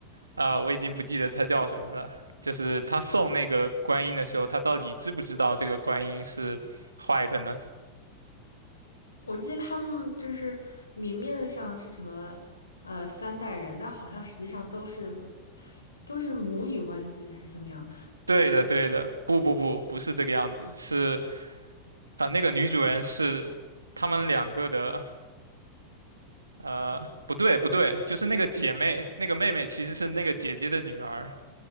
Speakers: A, on the right; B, on the left.
A: 啊、我已经不记得她叫什么了。就是她送那个观音的时候，她到底知不知道这个观音是坏的呢？
B: 我记得他们就是明面上是什么呃三代人，但好像实际上都是都是母女关系还是怎么样
A: 对的，对的，不不不，不是这个样子，是啊、呃那个女主人是他们两个的，呃，不对不对，就是那个姐妹，那个妹妹其实是那个姐姐的女儿，